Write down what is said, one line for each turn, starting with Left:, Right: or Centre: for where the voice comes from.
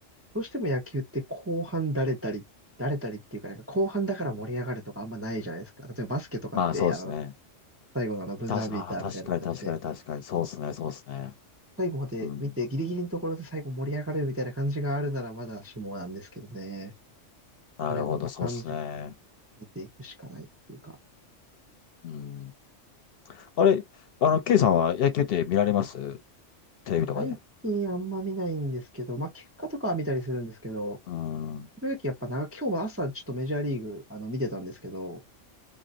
Right: どうしても野球って後半だれたり、だれたりっていうか、なんか後半だから盛り上がるとかあんまないじゃないですか。
Left: うん
Right: 例えばバスケとかって、
Left: まあ、そうですね。
Right: あの、最後のあのブザービーターみたいな感じで、
Left: たし、ああ、確かに確かに確かに。そうですね、そうですね。
Right: 最後まで見て、
Left: うん。
Right: ギリギリのところで最後盛り上がるみたいな感じがあるならまだしもなんですけどね。だからやっぱ短時間
Left: なるほど、そうですね。
Right: 見ていくしかないっていうか、
Left: うん。あれ、あの、ケイさんは野球って見られますテレビとかで。
Right: 最近あんま見ないんですけど、まあ結果とかは見たりするんですけど、
Left: うん。うん。<laughs>
Right: プロ野球やっぱな、今日も朝ちょっとメジャーリーグあの見てたんですけど、